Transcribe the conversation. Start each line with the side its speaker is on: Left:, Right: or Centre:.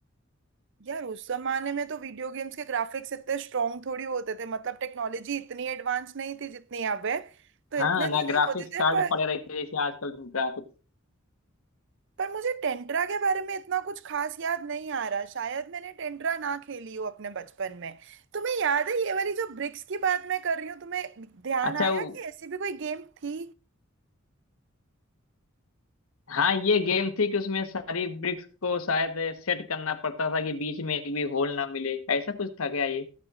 Right: यार उस जमाने में तो वीडियो गेम्स के ग्राफिक्स इतने स्ट्रॉन्ग थोड़ी होते थे मतलब टेक्नोलॉजी इतनी एडवांस नहीं थी जितनी अब है तो इतने
Left: हाँ
Right: तो
Left: ना
Right: नहीं
Left: ग्राफिक्स
Right: होते थे
Left: कार्ड
Right: पर
Left: पड़े रहते हैं जैसे आजकल ग्राफिक्स
Right: पर मुझे टेंट्रा के बारे में इतना कुछ खास याद नहीं आ रहा शायद मैंने टेंट्रा ना खेली हो अपने बचपन में तुम्हें याद है ये वाली जो ब्रिक्स की बात मैं कर रही हूँ तुम्हें ध्यान
Left: अच्छा
Right: आया
Left: वो
Right: कि ऐसी भी कोई गेम थी
Left: हाँ ये गेम थी कि उसमें सारी ब्रिक्स को शायद सेट करना पड़ता था कि बीच में एक भी होल ना मिले ऐसा कुछ था क्या ये